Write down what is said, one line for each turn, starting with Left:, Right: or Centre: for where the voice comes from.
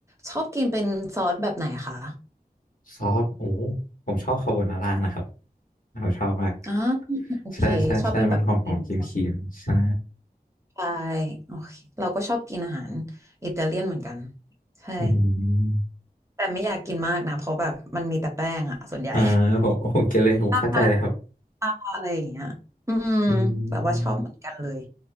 Right: ชอบกินเป็นซอสแบบไหนคะ
Left: ซอสโอ้ผมชอบคาโบนาร่านะครับผมชอบมาก
Right: อ๋อโอเคชอบเป็นแบบอิตาเลียนซอส
Left: ใช่ใช่ใช่มันหอมหอมครีมครีมใช่
Right: ใช่โอเคเราก็ชอบกินอาหารอิตาเลียนเหมือนกันใช่
Left: อืม
Right: แต่ไม่อยากกินมากนะเพราะแบบมันมีแต่แป้งอะส่วนใหญ่
Left: อ่าผมผมกินเลยผมเข้าใจเลยครับ
Right: ตาตาอะไรอย่างเงี้ยอืม
Left: อื
Right: แบบว่าชอบเหมือนกันเลย
Left: ม